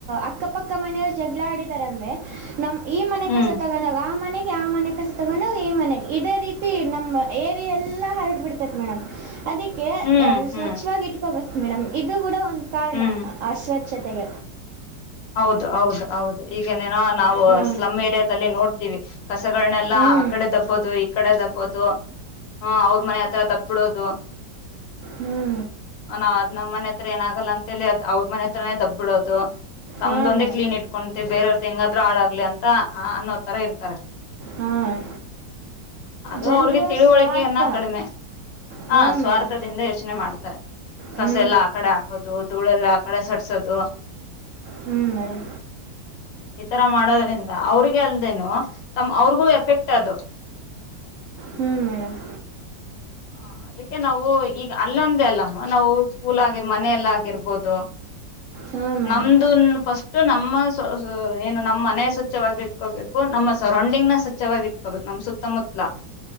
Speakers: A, on the right; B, on the left.
A: ಅಕ್ಕಪಕ್ಕ ಮನೆಯವ್ರು ಜಗಳ ಆಡಿದಾರ ಅಂದ್ರೆ ನಮ್ ಈ ಮನೆ
B: ಹ್ಮ್
A: ಕಸ ತಗೊಂಡು ಹೋಗಿ ಆ ಮನೆಗೆ ಆ ಮನೆ ಕಸ ತಗೊಂಡು ಈ ಮನೆಗೆ ಇದೇ ರೀತಿ ನಮ್ಮ್ ಏರಿಯೆಲ್ಲಾ ಹರಡ ಬಿಡತೈತೆ ಮೇಡಂ ಅದಕ್ಕೆ
B: ಹ್ಮ್ ಹ್ಮ್
A: ಸ್ವಚ್ ಇಟ್ಕೋಬೇಕು ಮೇಡಂ ಇದು ಕೂಡ ಒಂದು ಕಾರಣ
B: ಹ್ಮ್
A: ಅಸ್ವಚತೆಗ
B: ಹೌದು ಹೌದು ಹೌದು ಈಗ ಏನೋ ನಾವು
A: ಹ್ಞೂ
B: ಸ್ಲಮ್ ಏರಿಯಾದ ನೋಡ್ತೀವಿ ಕಸಗಳನ್ನೆಲ್ಲಾ
A: ಹ್ಞೂ
B: ಆ ಕಡೆ ದಬ್ಬೋದು ಈ ಕಡೆ ದಬ್ಬೋದು ಹ ಅವ್ರ ಮನೆ ಹತ್ರ ದಬ್ಬಿಬಿಡೋದು
A: ಹ್ಞೂ
B: ನ ನಮ್ಮ್ ಮನೆ ಹತ್ರ ಏನಾಗಲ್ಲ ಅಂತೇಳಿ ಅವ್ರ ಮನೆ ಹತ್ರನೇ ದಬ್ಬಿಬಿಡೋದು ತಮ್ದೊಂದೇ
A: ಹಾಂ ಮೇಡಮ್
B: ಕ್ಲೀನ್ ಇಟ್ಕೊತೆ ಬೇರೆಯವ್ರ್ದ ಹೆಂಗಾದ್ರು ಹಾಳಾಗ್ಲಿ ಅಂತ ಅನ್ನೋ ತರ ಇರ್ತಾರೆ
A: ಹಾಂ
B: ಅದು
A: ಜನರು
B: ಅವ್ರಿಗೆ ತಿಳುವಳಿಕೆಯನ್ನ
A: ಸ್ವಾರ್ಥ
B: ಕಡಿಮೆ
A: ಹಾಂ
B: ಹಾ ಸ್ವಾರ್ಥದಿಂದ
A: ಮೇಡಮ್
B: ಯೋಚನೆ ಮಾಡ್ತಾರೆ ಕಸ
A: ಹ್ಞೂ
B: ಎಲ್ಲ ಆಕಡೆ ಹಾಕೋದು ಧೂಳೆಲ್ಲ ಆ ಕಡೆ ಸರ್ಸೋದು
A: ಹ್ಮ್ ಮೇಡಂ
B: ಈತರ ಮಾಡೋದ್ರಿಂದ ಅವ್ರಿಗೆ ಅಲ್ದೇನು ತಮ್ಮಅವ್ರಿಗೂ ಎಫೆಕ್ಟ್ ಅದು
A: ಹ್ಞೂ ಮೇಡಮ್
B: ಹ ಅದಕ್ಕೆ ನಾವು ಈಗ ಅಲ್ಲೊಂದೇ ಅಲ್ಲಮ್ಮ ನಾವು ಸ್ಕೂಲ್ ಆಗಿರ್ ಮನೇಲಿ ಆಗಿರ್ಬೋದು
A: ಹಾಂ ಮೇಡಮ್
B: ನಮ್ದನ್ ಫಸ್ಟ್ ನಮ್ಮ ಏನು ನಮ್ಮ್ ಮನೆ ಸ್ವಚ್ವಾಗಿ ಇಟ್ಕೋಬೇಕು ನಮ್ಮ ಸರೌಂಡಿಂಗ್ನ ಸ್ವಚ್ವಾಗಿ ಇಟ್ಕೋಬೇಕು ನಮ ಸುತ್ತಮುತ್ತಲ